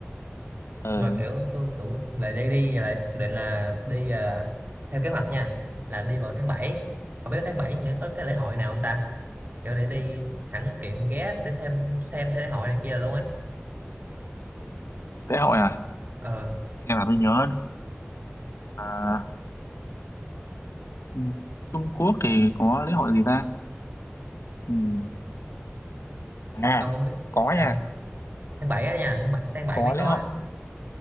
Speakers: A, on the left (about 80°); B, on the right (about 40°).
A: ừ.
B: mà kiểu tôi kiểu lại đi đi rồi lại tôi định là đi à, theo kế hoạch nha là đi vào tháng bảy không biết tháng 7 nữa có cái lễ hội nào không ta kiểu để đi sẵn tiện ghé để thêm xem thế lễ hội này kia là luôn ấy
A: Lễ hội à
B: Ờ
A: xem là tôi nhớ à, ừ, Trung Quốc thì có lễ hội gì ta ừ. à
B: ông không biết
A: có
B: sao
A: nha
B: tháng 7 á nha tháng bảy tháng bảy
A: có
B: mới
A: lễ
B: có
A: hội